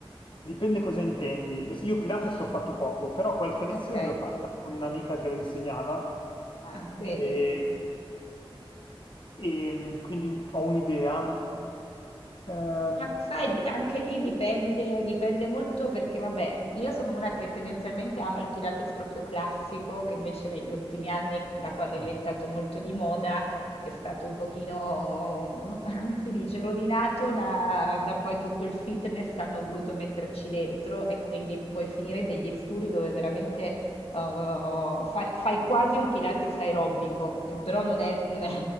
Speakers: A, on the left; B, on the left.
A: dipende cosa intendi. Io Pilates
B: Mm,
A: l'ho fatto poco, però qualche lezione
B: ok.
A: l'ho fatta con un'amica che lo insegnava
B: Ah, vedi,
A: e E mh, quindi un- ho un'idea. Ehm,
B: ma sai, di- anche lì dipende, dipende molto perché, vabbè, io sono una che tendenzialmente ama il Pilates proprio classico, che invece negli ultimi anni, da quando
A: ah,
B: è diventato molto di moda, è stato un pochino, <laughs> come si dice, rovinato da, da poi tutto il fitness che hanno voluto metterci dentro e quindi puoi finire in degli studi dove veramente... eh, fai, fai quasi un Pilates aerobico, che però non è, non è